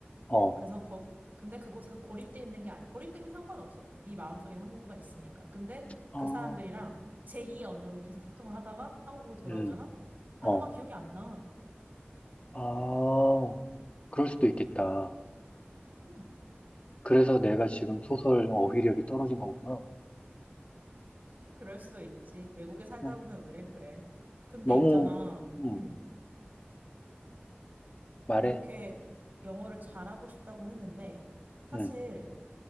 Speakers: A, on the left (about 35°); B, on the right (about 50°).
A: 어,
B: 그래서 거, 근데 그곳에서 고립돼 있는 게 아니야. 고립되면 상관없어. 네 마음속에는 한국어가 있으니까. 근데
A: 아,
B: 그 사람들이랑 제2의 언어로 계속 소통을 하다가 한국으로 돌아오잖아?
A: 음,
B: 단어가
A: 어,
B: 기억이 안 나.
A: 아, 그럴 수도 있겠다.
B: 음,
A: 그래서 내가 지금 소설 어휘력이 떨어진 거구나.
B: 그럴 수도 있지. 외국에 살다
A: 어,
B: 보면 그래, 그래. 근데
A: 너무,
B: 있잖아.
A: 음,
B: 음,
A: 말해.
B: 이렇게 영어를 잘하고 싶다고 했는데 사실
A: 음,